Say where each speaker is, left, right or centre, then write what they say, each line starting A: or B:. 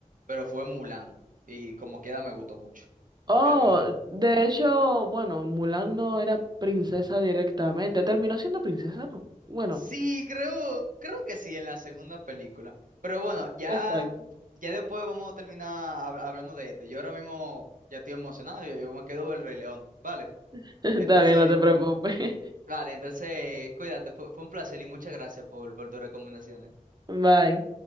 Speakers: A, on the right (about 75°); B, on the right (about 30°).
A: pero fue Mulan. Y como queda me gustó mucho. Como
B: Oh,
A: queda me gustó.
B: de hecho, bueno, Mulan no era princesa directamente, terminó siendo princesa, ¿no? Bueno,
A: Sí, creo, creo que sí, en la segunda película. Pero bueno, ya,
B: exacto.
A: ya después vamos a terminar hab- hablando de esto. Yo ahora mismo ya estoy emocionado, yo, yo me quedo del Rey León, ¿vale?
B: <laughs> Está
A: Entonces,
B: bien, no te preocupes. <laughs>
A: vale, entonces, cuídate, fue, fue un placer y muchas gracias por, por tus recomendaciones.
B: Bye.